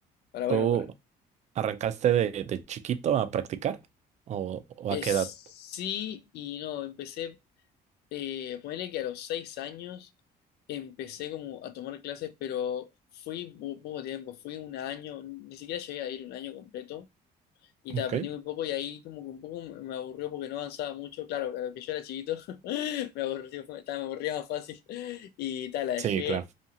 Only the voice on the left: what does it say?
para
bueno, para.
Es
sí y no, empecé, eh, ponele que a los 6 años empecé como a tomar clases, pero fui po- poco tiempo, fui un año, ni siquiera llegué a ir un año completo y te
aprendí muy poco y ahí como que un poco me aburrió porque no avanzaba mucho, claro, claro que yo era chiquito, <laughs> me aburrió, ta, me aburría más fácil <laughs> y tal, la dejé,